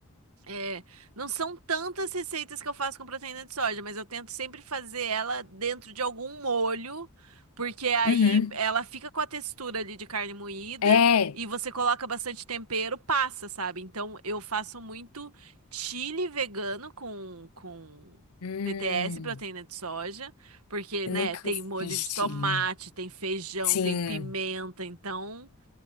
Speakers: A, on the right; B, on the left.
A: É, não são tantas receitas que eu faço com proteína de soja, mas eu tento sempre fazer ela dentro de algum molho, porque aí
B: Uhum.
A: ela fica com a textura ali de carne moída
B: É.
A: e você coloca bastante tempero, passa, sabe? Então eu faço muito chili vegano com, com
B: Hum,
A: PTS, proteína de soja, porque,
B: eu
A: né,
B: nunca
A: tem molho
B: fiz
A: de
B: chili.
A: tomate, tem feijão,
B: Sim,
A: tem pimenta, então